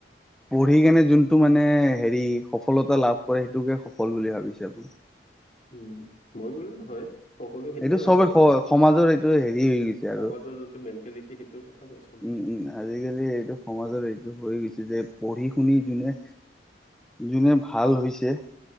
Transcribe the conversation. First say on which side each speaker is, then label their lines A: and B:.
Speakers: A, in the centre; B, on the left (about 45°).
A: পঢ়ি কেনে যোনটো মানে হেৰি সফলতা লাভ কৰে সেইটোকে সফল বুলি ভাবিছে আপুনি?
B: উম, মই বুলি নহয় সকলোৱে সেইটোৱে
A: এইটো চবে
B: ভাবে,
A: সমাজৰ এইটো হেৰি হৈ গৈছে আৰু
B: সমাজৰ যোনটো মেণ্টেলিটি সেইটোৰ কথা কৈছে।
A: উম উম, আজিকালি এইটো সমাজৰ এইটো হৈ গৈছে যে পঢ়ি - শুনি
B: উম
A: যোনে যোনে ভাল হৈছে,